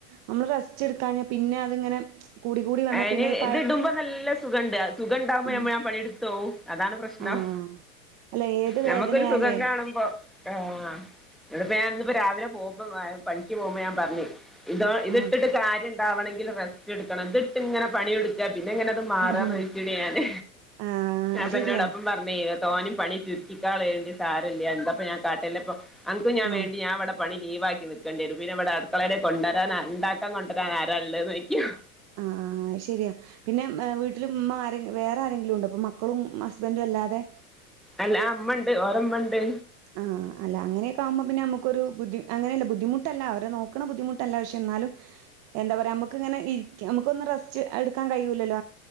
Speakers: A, on the right; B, in the centre.
A: നമ്മള്, റെസ്റ്റിഡ്ക്കാഞാ, പിന്നെ, അതിങ്ങനെ കൂടി കൂടി വന്നാ
B: ഏ, അയ്ൻ,
A: പിന്നെ അത്
B: ഇതിടുമ്പോ,
A: പഴ
B: നല്ല സുഖണ്ട്, സുഖണ്ടാവുമ്പോ,
A: ആഹ്
B: നമ്മള്, നമ്മ, ആ പണിട്ത്തൊവും. അതാണ്, പ്രശ്നം,
A: ആഹ് അല്ല ഏത്
B: നഞമ്മക്കൊരു,
A: വേദനയാലേ
B: സുഖം കാണുമ്പോ ആഹ്, ഇവിടെപ്പ ഞാൻ, ന്നിപ്പോ, രാവിലെ, പോവുമ്പോ, <unintelligible> ഞാൻ, പറഞ്ഞി ഇതോ ഇത്
A: ആഹ്
B: ഇട്ടിട്ട് കാര്യം ഉണ്ടാവണമെങ്കിൽ റെസ്റ്റ് എടുക്കണം ഇതിട്ട്ങ്ങനെ പണിെടുക്ക പിന്നെ എങ്ങനെ അത് മാറാന്ന്
A: ആഹ്
B: വോദിച്ചിട്ടാണ്
A: ആഹ് അത്
B: അപ്പൊ
A: ശരിയാ
B: എന്നോട അപ്പം പറഞ്ഞ തോനും പണി ചുരുക്കിക്കാൾ വേണ്ട സാാരല്ലേ എപ്പ ഞാ കാട്ടല്ലപ്പൊ അനക്ക്ും ഞാൻേണ്ടി
A: ആഹ്
B: ഞാൻവിടെ പണി ലീവാക്കി നിൽക്കേണ്ടി വരുന്നു പിന്നെ ഇവിടെ അടുക്കള കൊണ്ടുവരാൻ ഉണ്ടാക്കാൻ കൊണ്ടുവരാൻ ആരാുള്ളത്ന്ന് നോക്കിയ
A: ആ ശെരിയാ പിന്നെ വീട്ടില ഉ്മ്മ ആരെ വേറെ ആരെങ്കിലും ഉണ്ട് അപ്പൊ മക്കളും ഹസ്ബൻറും അല്ലാതെ
B: അല്ല അമ്മ ഉണ്ട് ഓരമ്മ ഉണ്ട്
A: ആഹ് അല്ല അങ്ങനൊ ഒെകുമ്പോ പിന്നെ നമുക്കൊരു അങ്ങനെയല്ല ബുദ്ധമുട്ടല്ല അവ നോക്ക ബുദ്ധിമുട്ട പക്ഷ എന്നാലും എന്താ പറ നമെ നു ററ്റ് എടുക്കാൻ കഴല്ലോ